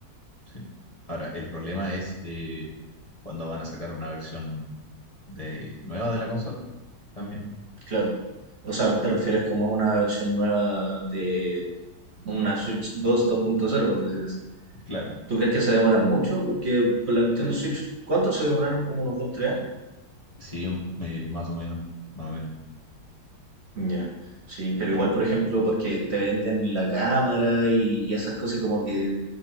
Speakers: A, on the left; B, on the right.
A: Sí. Ahora, el problema es eh, cuando van a sacar una versión de, nueva de la consola. También,
B: Claro. O sea, te refieres como a una versión nueva de una Switch 2, 2.0, por decir así.
A: claro.
B: ¿Tú crees que se demoran mucho? Porque con la Nintendo
A: Eh,
B: Switch, ¿cuánto se demoraron? Como unos 2 3 años.
A: sí, me- más o menos, más o menos.
B: Ya. Sí, pero
A: Bueno,
B: igual, por ejemplo, porque te venden la cámara y, y esas cosas y como que